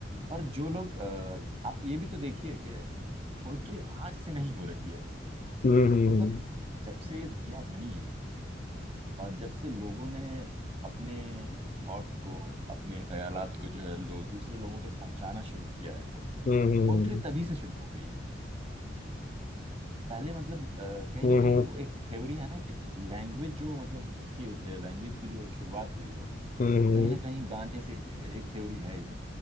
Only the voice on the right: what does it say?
और जो लोग अ, आप ये भी तो देखिए कि पोइट्री आज से नहीं हो रही है वो
मतलब जब से ये दुनिया बनी है और जब से लोगों ने अपने थॉट्स को अपने ख्यालात को जो है लो दूसरे लोगों तक पहुंचाना शुरू किया है
पोइट्री तभी से शुरू हो गई है पहले मतलब अ, कहीं
ना कहीं
वो एक थ्योरी है ना कि लैंग्वेज जो मतलब जिसकी लैंग्वेज की जो शुरुआत हुई है वो
कहीं ना कहीं गाने से ही हुई है एक थ्योरी है ये